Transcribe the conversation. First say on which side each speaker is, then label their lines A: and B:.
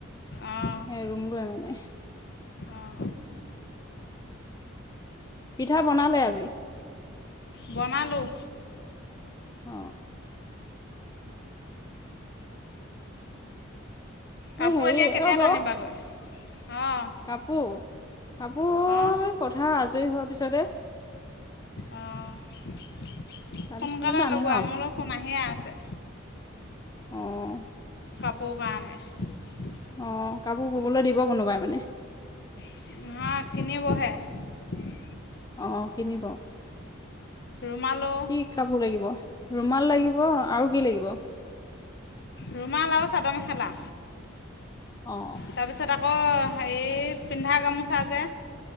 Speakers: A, on the left; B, on the left.
A: অঁ
B: সে ৰুম গৈ আৱ মানে।
A: অঁ
B: পিঠা বনালে আজি?
A: বনালোঁ।
B: অ।
A: কাপোৰ
B: এই হেৰি
A: এতিয়া কেতিয়া
B: অ বৌ
A: টানিবাগৈ? অঁ
B: কাপোৰ! কাপোৰ
A: অঁ
B: পথাৰ আজৰি হোৱা তাৰ পিছতে।
A: অঁ। সোনকালে
B: তাৰপিছতে টানিম
A: লগোৱা মোৰো ফোন আহিয়ে আছে।
B: অঁ।
A: কাপোৰ কাৰনেই
B: অঁ কাপোৰ ববলৈ দিব কোনোবাই মানে?
A: অঁ নহয় কিনিবহে
B: অঁ কিনিব।
A: ৰুমালো
B: কি কাপোৰ লাগিব? ৰুমাল লাগিব আৰু কি লাগিব?
A: ৰুমাল আৰু চাদৰ মেখেলা
B: অ
A: তাৰ পিছত আকৌ হেৰি পিন্ধা গামোচা যে